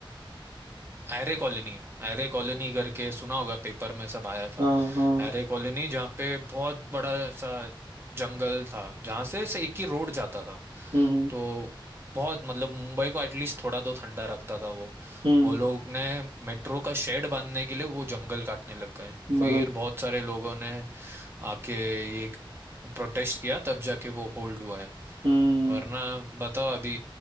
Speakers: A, on the right; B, on the right.
A: एरे कॉलोनी एरे कॉलोनी करके सुना होगा पेपर में सब आया था
B: हाँ हाँ
A: एरे कॉलोनी जहाँ पे बहुत बड़ा सा जंगल था जहाँ से, से एक ही रोड जाता था
B: हम्म
A: तो बहुत मतलब मुंबई को एटलीस्ट थोड़ा तो ठंडा रखता था वो
B: हम्म
A: वो लोग ने मेट्रो का शेड बांधने के लिए वो जंगल काटने लग गए
B: हम्म,
A: फिर
B: मतलब
A: बहुत सारे लोगों ने आके ये प्रोटेस्ट किया तब जाके वो होल्ड हुआ है
B: हम्म
A: वरना बता अभी